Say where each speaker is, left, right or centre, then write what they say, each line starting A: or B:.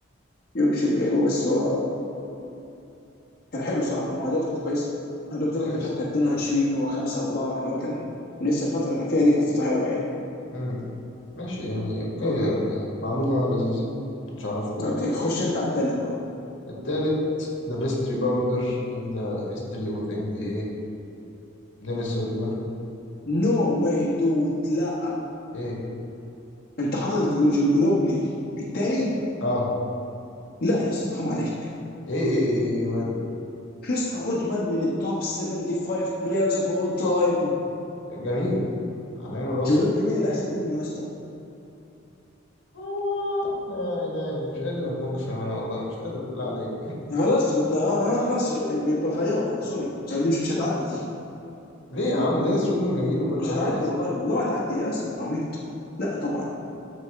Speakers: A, on the left; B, on the left.
A: يورجش اللي جايبه بس هو كان حلو صح معداته كانت كويسه معداته تقريبا
B: نايس
A: كان شاف كان 22 و5 4 اللي هو كان لسه الفتره اللي كان فيها دي كانت فتره حلوه يعني
B: مم. ماشي يعني اوكي
A: اوكي
B: يعني معلومة لذيذة كنتش اعرفها
A: اوكي خش انت على التالت بقى
B: التالت the best rebounder in the history of the NBA دينيس رودمان
A: نو واي دود لا
B: ايه
A: انت حاطط جو- جو- جنوبلي التاني
B: اه
A: لا يا اسطى حرام عليك
B: ايه ايه ايه يا مان
A: يا اسطى وودمان من التوب 75 بلايرز اوف اول تايم
B: جميل على عيني وراسي
A: جنوب مين اللي احسن منه يا اسطى
B: آه يا إلهي مش قادر أتناقش أنا والله مش قادر بالله عليك
A: يعني خلاص ما تنا- خلاص بغيرها سوري دي مش مش هتعدي دي
B: ليه يا عم دينيس رودمان جميل وكل
A: مش
B: حاجة
A: هتعدي
B: بس
A: والله والله ما هتعدي يا اسطى انت عبيط لا طبعا